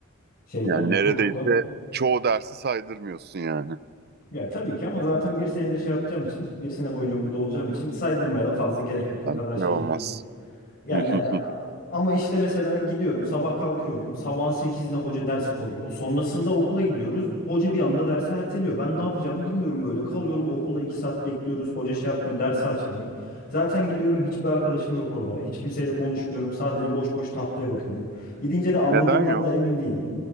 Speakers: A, on the left; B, on the right.
A: şeyle
B: Yani neredeyse
A: hukukla.
B: çoğu dersi saydırmıyorsun yani.
A: Ya tabii ki ama zaten bir senedir şey yapacağım için, bir sene boyunca burada olacağım için saydırmaya da fazla gerek yok. O
B: Yani
A: kadar şey
B: şey olmaz.
A: değil. Yani
B: <laughs>
A: e, ama işte mesela gidiyorum, sabah kalkıyorum. Sabahın sekizinde hoca ders koyuyor. Sonrasında okula gidiyoruz. Hoca bir anda dersi erteliyor. Ben ne yapacağımı bilmiyorum böyle. Kalıyorum okulda 2 saat bekliyoruz. Hoca şey yapmıyor, ders açmıyor. Zaten gidiyorum hiçbir arkadaşım yok orada. Hiç kimseyle konuşmuyorum. Sadece boş boş tahtaya bakıyorum. Gidince de anladığımdan
B: Neden yok?
A: da emin değilim.